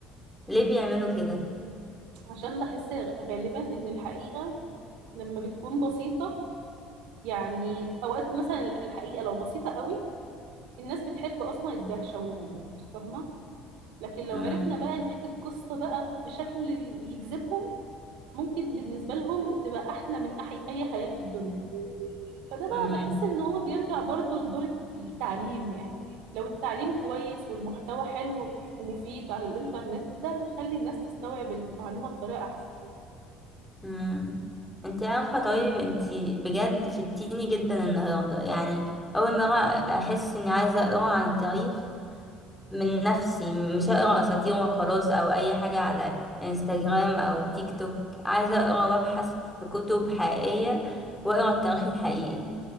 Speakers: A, in the centre; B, on the right (about 80°).
A: ليه بيعملوا كده؟
B: عشان بحس غالبا ان الحقيقة لما بتكون بسيطة يعني اوقات مثلا الحقيقة لو بسيطة قوي الناس بتحب اصلا الدهشة والغموض فاهمة لكن لو
A: مم.
B: عرفنا بقى نحكي القصة بقى بشكل يجذبهم ممكن بالنسبة لهم تبقى أحلى من أحي أي خيال في الدنيا فده بقى
A: مم.
B: بحس إن هو بيرجع برضو لدور التعليم يعني لو التعليم كويس والمحتوى حلو ومفيد على الإنترنت ده يخلي الناس تستوعب المعلومة بطريقة أحسن
A: مم. انت عارفة طيب انت بجد فتيني جدا النهاردة يعني أول مرة أحس إني عايزة أقرأ عن التاريخ من نفسي مش هقرا اساطير وخلاص او اي حاجه على انستجرام او تيك توك عايزه اقرا وابحث في كتب حقيقيه واقرا التاريخ الحقيقي